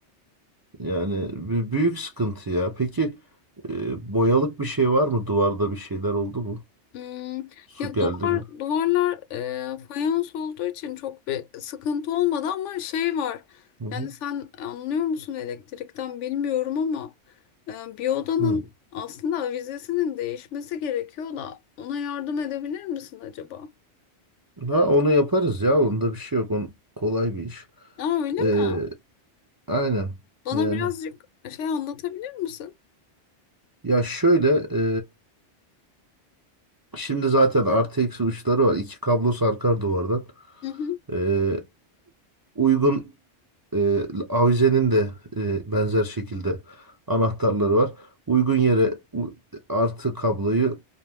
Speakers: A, on the right (about 35°); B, on the left (about 85°).
A: Yani bü- büyük sıkıntı ya. Peki e, boyalık bir şey var mı? Duvarda bir şeyler oldu mu?
B: Hmm,
A: Su
B: ya
A: geldi
B: duvar
A: mi?
B: duvarlar e, fayans olduğu için çok bir sıkıntı olmadı ama şey var.
A: Hı hı.
B: Yani sen anlıyor musun elektrikten bilmiyorum ama e, bir odanın
A: Hı.
B: aslında avizesinin değişmesi gerekiyor da ona yardım edebilir misin acaba?
A: Ha, onu yaparız ya. Onda bir şey yok. On, kolay bir iş.
B: Aa öyle
A: Ee,
B: mi?
A: aynen.
B: Bana
A: Yani
B: birazcık şey anlatabilir misin?
A: ya şöyle e, şimdi zaten artı eksi uçları var. İki kablo sarkar duvardan.
B: Hı hı
A: Ee, uygun e, avizenin de e, benzer şekilde anahtarları var. Uygun yere u- artı kabloyu